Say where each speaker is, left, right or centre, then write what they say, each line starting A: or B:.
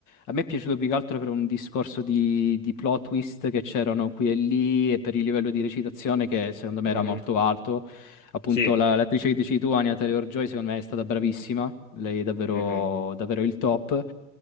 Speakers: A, on the left; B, on the left.
A: A me è piaciuto più che altro per un discorso di, di plot twist che c'erano qui e lì e per il livello di recitazione che secondo me
B: Mhm.
A: era molto alto appunto
B: Sì.
A: la- l'attrice che dici tu, Anya Taylor-Joy, secondo me è stata bravissima, lei è davvero,
B: Mhm.
A: davvero il top,